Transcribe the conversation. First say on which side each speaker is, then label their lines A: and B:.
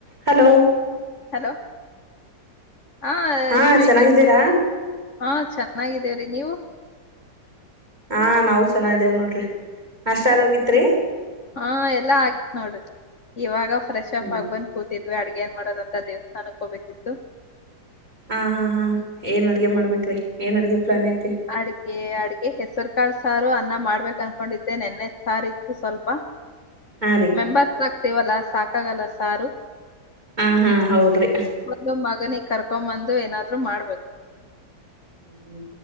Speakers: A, on the right; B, on the left.
A: Hello
B: hello ಹಾಶ
A: ಹಾ ಚೆನ್ನಾಗಿದ್ದೀರಾ
B: <unintelligible> ಹಾ ಚೆನ್ನಾಗಿದ್ದೇವ್ರೀ ನೀವು
A: ಹಾ ನಾವವು ಚೆನ್ನ ಇದೇವ ನೋಡ್ರಿ ನಾಷ್ಟ ಆದ್ ಹೋಗಿತ್ರಿ
B: ಹಾ ಎಲ್ಲಾ ಆಗಿತ್ ನೋಡ್ರಿ ಇವಾಗ ಫ್ರೆಶ್
A: ಹ್ಮ್
B: ಅಪ್ ಆಗ್ಬಂದ ಕೂತಿದ್ವಿ ಅಡ್ಗೆ ಏನ್ ಮಾಡೋದಂತ ದೇವಸ್ಥಾನಕ್ಕೆ ಹೋಗಬೇಕಿತ್ತು
A: ಹಾ ಹಾ ಹಾ ಏನ್ ಅಡ್ಗೆ ಮಾಡ್ಬೇಕ್ರೀ ಏನ್ ಅಡ್ಗೆ ಪ್ಲಾನ್ ಐತೆ
B: ಅಡ್ಗೆ ಅಡ್ಗೆ ಹೆಸರು ಕಾಳ ಸಾರು ಅನ್ನ ಮಾಡ್ಬೇಕು ಅನ್ಕೊಂಡಿದ್ದೆ ನೆನ್ನೆ ಸಾರು ಇತ್ತು ಸ್ವಲ್ಪ
A: ಹಾ ರೀ
B: <unintelligible> ಆತವಲ್ಲ ಸಾಕಾಗಲ್ಲ ಸಾರು
A: ಹಾ ಹಾ ಹೌದ್ರಿ
B: ಒದು ಮಗನಿಗೆ ಕರ್ಕೊ ಬಂದು ಏನಾದ್ರು ಮಾಡ್ಬೇಕು
A: ಹ್ಮ